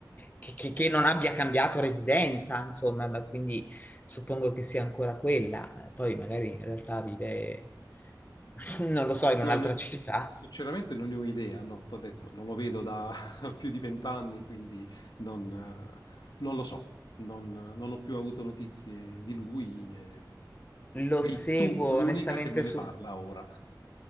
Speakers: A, on the left; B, on the left.
A: che, che- che non abbia cambiato residenza, insomma, ma quindi suppongo che sia ancora quella. Poi magari in realtà vive, <laughs> non lo so, in
B: Non
A: un'altra
B: ne-
A: città.
B: Sinceramente non ne ho idea, no, t'ho detto, non lo vedo da <laughs> più di vent'anni, quindi non, eh, non lo so, non, non ho più avuto notizie di lui. e Sei
A: Lo seguo
B: tu l'unica
A: onestamente
B: che me ne
A: su...
B: parla ora.